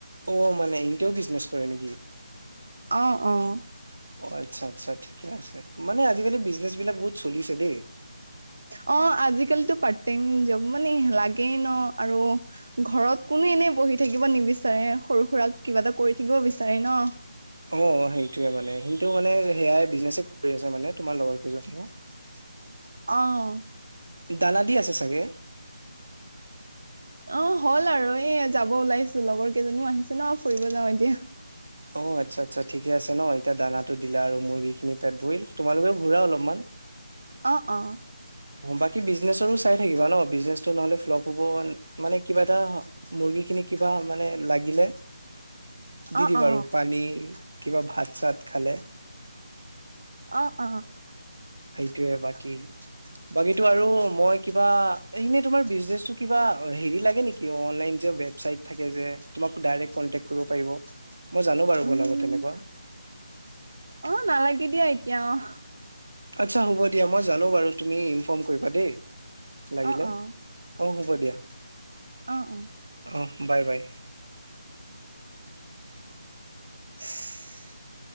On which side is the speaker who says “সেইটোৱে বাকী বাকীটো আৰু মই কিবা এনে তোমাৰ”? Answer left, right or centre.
Right